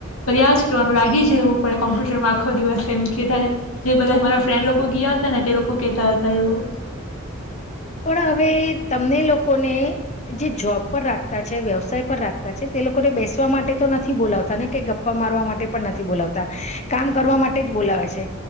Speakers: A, on the left; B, on the left.
A: કર્યા જ કરવાનું લાગી જવું પડે કોમ્પ્યુટરમાં આખો દિવસ એમ કે ત જે બધા મારા ફ્રેન્ડ લોકો ગયા હતા ને તે લોકો કહેતા હત <unintelligible>
B: પણ હવે તમને લોકોને જે જોબ પર રાખતા છે વ્યવસાય પર રાખતા છે તે લોકોને બેસવા માટે તો નથી. <unintelligible> તને કે ગપ્પા મારવા માટે. પણ નથી બોલાવતા કામ કરવા માટે જ બોલાવે છે